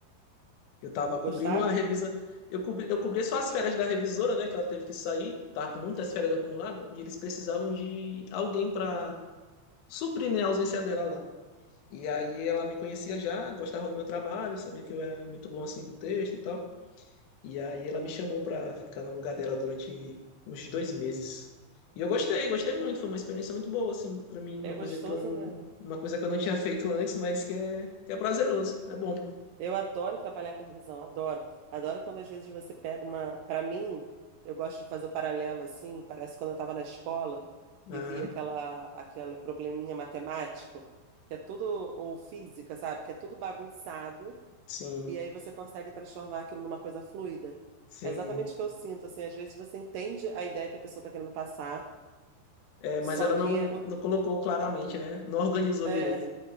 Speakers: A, on the left; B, on the right.
A: Eu tava
B: E
A: cobrindo
B: gostava?
A: a revisa. Eu cobri, eu cobria só as férias da revisora, né? Que ela teve que sair, tava com muitas férias acumuladas, e eles precisavam de alguém para suprir, né, a ausência dela lá. E aí ela me conhecia já, gostava do meu trabalho, sabia que eu era muito bom assim com texto e tal. E aí ela me chamou pra ficar no lugar dela durante uns dois meses. E eu gostei, gostei muito, foi uma experiência muito boa assim pra mim, uma
B: É gostoso,
A: coisa que eu,
B: né?
A: uma coisa que eu não tinha feito antes, mas que é, que é prazeroso, é bom.
B: Eu adoro trabalhar com revisão, adoro. Adoro quando às vezes você pega uma. Para mim, eu gosto de fazer o paralelo assim, parece quando eu estava na escola
A: Aham,
B: e via aquela, aquele probleminha matemático, que é tudo, ou física, sabe? Que é tudo bagunçado,
A: sim,
B: e aí você consegue transformar aquilo numa coisa fluida.
A: sim.
B: É exatamente o que eu sinto, assim, às vezes você entende a ideia que a pessoa está querendo passar,
A: É, mas
B: só
A: ela
B: que
A: não,
B: o
A: não colocou claramente, né? Não organizou
B: é,
A: direito.